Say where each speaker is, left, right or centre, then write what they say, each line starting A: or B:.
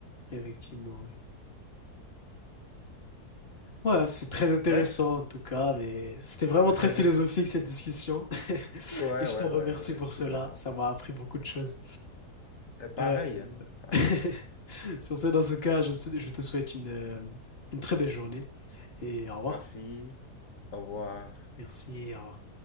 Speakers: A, on the left (about 40°); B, on the left (about 55°).
A: Effectivement. ouais. Ouais, c'est très intéressant
B: Bref.
A: en tout cas, mais c'était vraiment
B: <laughs>
A: très philosophique cette discussion. <laughs>
B: Ouais,
A: Et je
B: ouais,
A: t'en remercie
B: ouais, ouais,
A: pour
B: je suis
A: cela,
B: d'accord.
A: ça m'a appris beaucoup de choses.
B: Et pareil,
A: Euh,
B: hein, pareil.
A: <laughs> sur ce, dans ce cas, je, je te souhaite une, euh, une très belle journée et au revoir.
B: Merci. Au revoir.
A: Merci, au revoir.